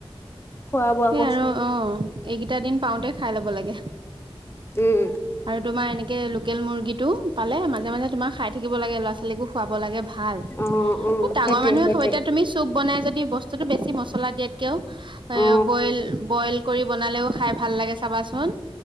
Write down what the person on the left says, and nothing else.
খোৱা বোৱা
বস্তু
উম
অ অ
সেইটোৱে
সেইটোৱে
অ